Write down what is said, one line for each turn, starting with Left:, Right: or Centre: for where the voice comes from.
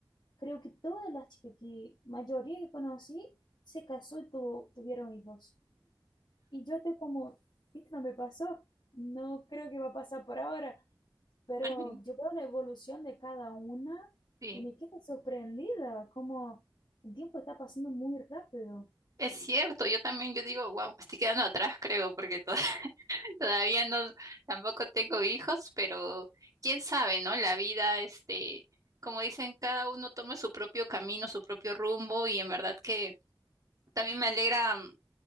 Left: Creo que todas las chicas que mayoría que conocí se casó y tuvo, tuvieron hijos. Y yo estoy como, esto no me pasó, no creo que va a pasar por ahora, pero
Right: <laughs>
Left: yo veo la evolución de cada una
Right: Sí.
Left: y me quedo sorprendida, como el tiempo está pasando muy rápido.
Right: Es cierto, yo también, yo digo, wow, me estoy quedando atrás, creo, porque todo Todavía no, tampoco tengo hijos, pero quién sabe, ¿no? La vida, este, como dicen, cada uno toma su propio camino, su propio rumbo, y en verdad que también me alegra mm,